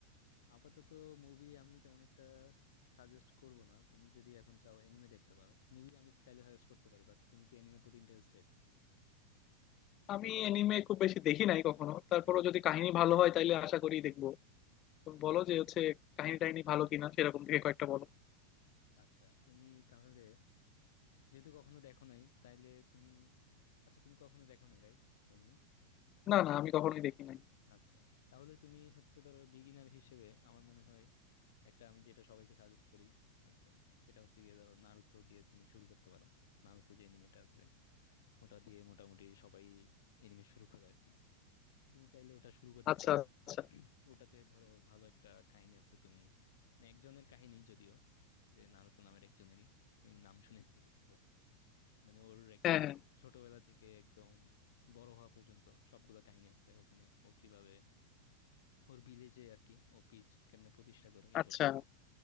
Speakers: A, on the left; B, on the left.
A: আপাতত মুভি আমি তেমন একটা সাজেস্ট করব না তুমি যদি এখন চাও এনিমে দেখতে পারো মুভি আমি স্টাইলে সাজেস্ট করতে পারি বাট তুমি কি এনিমের প্রতি ইন্টারেস্টেড
B: আমি এনিমে খুব বেশি দেখি নাই কখনো তারপরও যদি কাহিনী ভালো হয় তাইলে আশা করি দেখবো তুমি বলো
A: আচ্ছা
B: যে হচ্ছে কাহিনী টাহিনী ভালো কিনা সেরকম থেকে কয়েকটা বলো
A: আচ্ছা তুমি তাহলে যেহেতু কখনো দেখো নাই তাহলে তুমি আচ্ছা তুমি কখনো দেখো নাই রাইট এনিমে
B: না না আমি কখনোই দেখি নাই
A: আচ্ছা তাহলে তুমি হচ্ছে ধরো বিগিনার হিসেবে আমার মনে হয় একটা আমি যেটা সবাইকে সাজেস্ট করি একদম সেটা হচ্ছে গিয়ে ধরো নারুতো দিয়ে তুমি শুরু করতে পারো নারুতো যে এনিমেটা আছে ওটা দিয়ে মোটামুটি সবাই এনিমে শুরু করে আর কি তুমি চাইলে ওটা শুরু করতে
B: আচ্ছা
A: পারো
B: আচ্ছা
A: ওটাতে ধরো ভালো একটা কাহিনী আছে তুমি মানে একজনের কাহিনী যদিও যে নারুতো নামের একজনেরই এই নাম শুনে তো বুঝতেছো মানে ওর একদম
B: হ্যাঁ হ্যাঁ
A: ছোটবেলা থেকে একদম বড় হওয়া পর্যন্ত সবগুলো কাহিনী আছে ওখানে ও কিভাবে ওর ভিলেজে আর কি ও পিচ কেমনে প্রতিষ্ঠা করে এইসব
B: আচ্ছা
A: নিয়ে